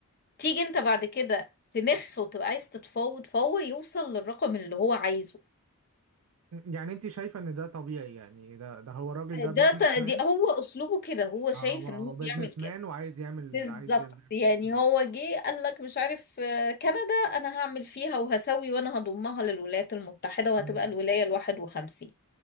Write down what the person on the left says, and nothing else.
تيجي انت بعد كده تنخ وتبقى عايز تتفاوض فهو يوصل للرقم اللي هو عايزه
ده
ت-
دي هو اسلوبه كده هو شايف
ان هو
بيعمل كده
بالظبط
يعني
هو جه قال لك مش عارف آه، كندا انا هعمل فيها وهسوي وانا هضمها للولايات المتحدة وهتبقى
الولاية الواحد وخمسين